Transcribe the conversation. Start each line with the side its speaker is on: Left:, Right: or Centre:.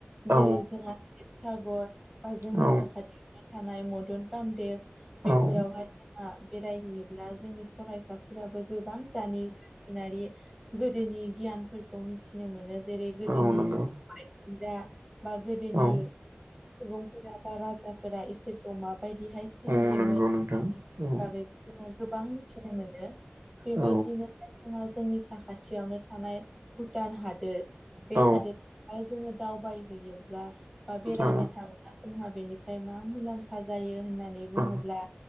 Right: औ
Centre: जेरै जोंहा शिबसागर बा जोंनि
Right: औ
Centre: साखाथियाव थानाय मदन कामदेब बेफोरावहाय
Right: औ
Centre: बेरायहैयोब्ला जोंनि फरायसाफोराबो गोबां जानो। नारि गोदोनि गियानफोरखौ मिथिनो मोनो जेरै गोदोनि।
Right: औ नंगौ
Centre: डा बा गोदोनि
Right: औ
Centre: सुबुं। <unintelligible> राजाफोरा इसोरखौ माबायदिहाय। सिबियोमोन
Right: औ नंगौ नोंथां औ
Centre: बागै जोङो गोबां मिथिनो मोनो बेबायदिनो।
Right: औ
Centre: जोंहा जोंनि साखाथियावनो थानाय भुटान हादोर। बे
Right: औ
Centre: हादोद हाय जोङो दावबायहैयोब्ला बा बेरायनो
Right: औ
Centre: थाङोब्ला जोंहा बेनिफ्राय मा मुलाम्फा जायो होननानै बुङोब्ला
Right: औ